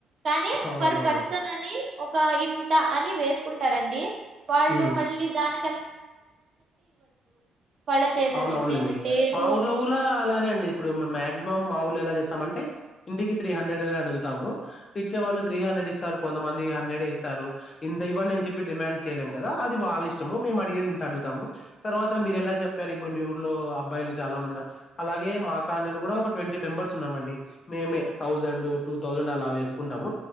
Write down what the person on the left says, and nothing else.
అవునవును
ఉమ్,
అవును అవునులేండి.
మా ఊర్లో
కూడా అలానే అండి ఇప్పుడు మాక్సిమం మా ఊర్లో ఎలా చేస్తామంటే ఇంటికి త్రీ హండ్రెడ్ అడుగుతాము. ఇచ్చే వాళ్ళు త్రీ హండ్రెడ్ ఇస్తారు కొంతమంది హండ్రెడే ఇస్తారు. ఇంత ఇవ్వండి అని చెప్పి డిమాండ్ చేయలేము. కదా అది వాళ్ళు ఇష్టము. మేము అడిగేది ఇంత అడుతాము. తర్వాత మీరు ఎలా చెప్పారు ఇప్పుడు మీ ఊర్లో అబ్బాయిలు చాలా మందిన్నారు. అలాగే మా కాలనీలు కూడా ఒక ట్వంటీ మెంబర్స్ ఉన్నామండి. మేమే తౌసండు టూ థౌజండ్ అలా వేసుకుంటాము.